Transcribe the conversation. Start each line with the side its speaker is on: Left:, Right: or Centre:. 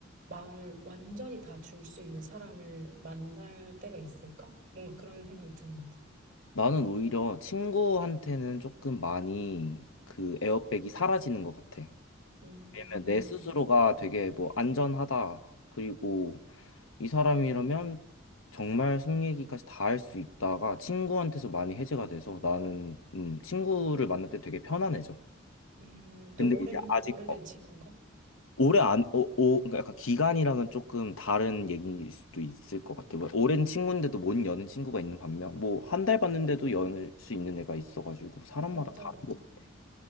Right: 마음을 완전히 다 줄 수 있는 사람을 만날 때가 있을까? 뭔가 그런 생각이 드는 거지.
Left: 나는 오히려 친구한테는 조금 많이 그 에어백이 사라지는 것 같아.
Right: 음,
Left: 왜냐면 내 스스로가 되게 뭐 안전하다. 그리고 이 사람이라면 정말 속 얘기까지 다 할 수 있다가 친구한테서 많이 해제가 돼서 나는 음, 친구를 만날 때 되게 편안해져.
Right: 음, 좀
Left: 근데
Right: 오랜
Left: 이제 아직
Right: 오래된
Left: 어,
Right: 친구인가?
Left: 오래 안, 오 오, 그러니까 약간 기간이랑은 조금 다른 얘기일 수도 있을 것 같아요. 뭐 오랜 친구인데도 못 여는 친구가 있는 반면, 뭐 한 달 봤는데도 열 수 있는 애가 있어가지고 사람마다
Right: 맞아,
Left: 다른
Right: 맞아.
Left: 것 같아요.